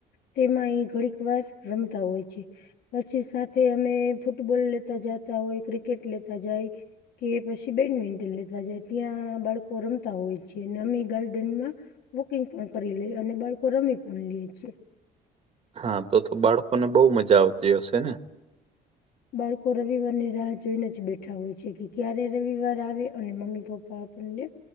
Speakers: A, on the left (about 70°); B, on the right (about 40°).
A: તેમાં એ ઘડીક વાર રમતા હોય છે પછી સાથે અમે ફૂટબોલ લેતા જતા હોય ક્રિકેટ લેતા જાય કે પછી બેડમિન્ટન લેતા જાય ત્યાં બાળકો રમતા હોય છે અને અમી ગાર્ડનમાં બુકિંગ પણ કરી લે અને બાળકો રમી પણ લે છે
B: હા તો તો બાળકોને બહુ મજા આવતી હશે ને
A: બાળકો રવિવાર ની રાહ જોઈને જ બેઠા હોય છે કે ક્યારે રવિવાર આવે અને મમ્મી પપ્પા આપને